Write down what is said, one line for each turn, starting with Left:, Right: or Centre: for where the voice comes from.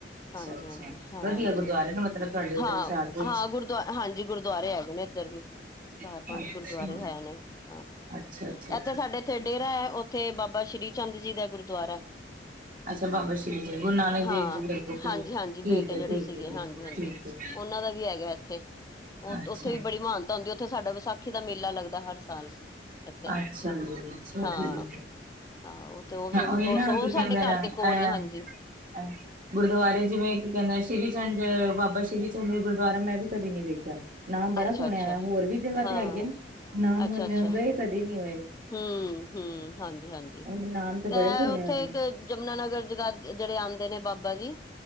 Left: ਹਾਂਜੀ
Right: ਅੱਛਾ
Left: ਹਾਂਜੀ, ਹਾਂਜੀ।
Right: ਵਧੀਆ ਗੁਰਦੁਆਰੇ ਨੇ ਮਤਲਬ ਤੁਹਾਡੇ ਉੱਧਰ
Left: ਹਾਂ,
Right: ਹੁਸ਼ਿਆਰਪੁਰ
Left: ਹਾਂ
Right: ਚ
Left: ਗੁਰਦੁਆ ਹਾਂਜੀ ਗੁਰਦੁਆਰੇ ਹੈਗੇ ਨੇ। ਇਧਰ ਵੀ ਚਾਰ,
Right: ਅੱਛਾ
Left: ਪੰਜ ਗੁਰਦੁਆਰੇ ਹੈ ਨੇ ਹਾਂ
Right: ਅੱਛਾ ਅੱਛਾ
Left: ਇੱਥੇ
Right: ਅੱਛਾ
Left: ਸਾਡੇ ਉਥੇ ਡੇਰਾ ਹੈ ਉੱਥੇ ਬਾਬਾ ਸ੍ਰੀ ਚੰਦ ਜੀ ਦਾ ਗੁਰਦਆਰਾ।
Right: ਅੱਛਾ, ਬਾਬਾ ਸ਼੍ਰੀ ਜੀ ਗੁਰੂ ਨਾਨਕ
Left: ਹਾਂ
Right: ਦੇਵ ਜੀ ਦੇ ਅੱਗੋਂ ਪਏ
Left: ਹਾਂਜੀ-ਹਾਂਜੀ
Right: ਠੀਕ
Left: ਬੇਟੇ
Right: ਹੈ
Left: ਜਿਹੜੇ
Right: ਠੀਕ
Left: ਸੀਗੇ
Right: ਹੈ ਠੀਕ
Left: ਹਾਂਜੀ।
Right: ਹੈ
Left: ਜੀ ਹਾਂਜੀ
Right: ਠੀਕ ਹੈ
Left: ਉਹਨਾਂ ਦਾ ਵੀ ਹੈਗਾ ਇੱਥੇ ਉਹ
Right: ਅੱਛਾ
Left: ਉੱਥੇ ਵੀ ਬੜੀ ਮਹਾਨਤਾ ਹੁੰਦੀ ਉ ਥੇ ਸਾਡਾ ਵਿਸਾਖੀ ਦਾ ਮੇਲਾ ਲੱਗਦਾ ਹਰ ਸਾਲ। ਇੱਥੇ
Right: ਅੱਛਾ ਜੀ <unintelligible>
Left: ਹਾਂ
Right: ਠੀਕ ਹੈ।
Left: ਹਾਂ ਉਹ ਤੇ ਉਹ ਉਹ ਵੀ
Right: ਉਹੀ
Left: ਬਹੁਤ
Right: ਨਾ ਕੀ
Left: ਉਹ
Right: ਕਹਿੰਦੇ
Left: ਸਾਡੇ ਘਰ
Right: ਨੇ
Left: ਦੇ ਕੋਲ
Right: ਐ-ਐ।
Left: ਹੀ ਹਾਂਜੀ
Right: ਗੁਰਦੁਆਰੇ ਜਿਵੇਂ ਕੀ ਕਹਿੰਦੇ ਨੇ ਸ਼੍ਰੀ ਚੰਦ ਬਾਬਾ ਸ਼੍ਰੀ ਚੰਦ ਗੁਰਦੁਆਰਾ ਮੈਂ ਵੀ ਕਦੇ ਨੀ ਵੇਖਿਆ। ਨਾਮ ਬੜਾ
Left: ਅੱਛਾ
Right: ਸੁਣਿਆ
Left: ਅੱਛਾ
Right: ਹੋਰ ਵੀ ਜਗ੍ਹਾ
Left: ਹਾਂ
Right: ਤੇ ਹੈਗੇ ਨੇ ਨਾਮ
Left: ਅੱਛਾ ਅੱਛਾ
Right: ਗਏ ਨਹੀਂ ਹੋਏ
Left: ਹਮ ਹਮ ਹਾਂਜੀ ਹਾਂਜੀ
Right: ਉਹ ਨਾਮ ਤੇ ਬੜੇ ਸੁਣੇ
Left: ਉੱਥੇ
Right: ਹੋਏ।
Left: ਇੱਕ ਯਮੁਨਾ ਨਗਰ ਜਗਾ ਜਿਹੜੇ ਆਉਂਦੇ ਨੇ ਬਾਬਾ ਜੀ